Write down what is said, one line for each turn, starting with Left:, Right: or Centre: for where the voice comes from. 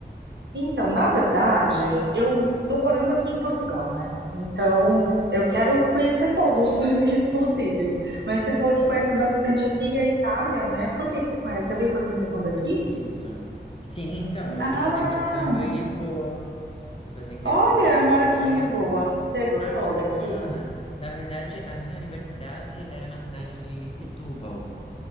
Right: Então, na verdade, eu tô morando aqui em Portugal, né? Então, eu quero conhecer todos <laughs> possíveis. Mas você falou que conhece bastante aqui a Itália, né? Por que que você conhece? Você veio fazer intercâmbio aqui?
Left: Isso. Sim, então, eu
Right: Ah,
Left: fui fazer intercâmbio em Lisboa. Fui fazer intercâmbio
Right: olha,
Left: em Lisboa.
Right: eu moro aqui em Lisboa. Você gostou
Left: Ah, que bacana!
Right: daqui?
Left: Na verdade, a minha universidade era na cidade de Setúbal.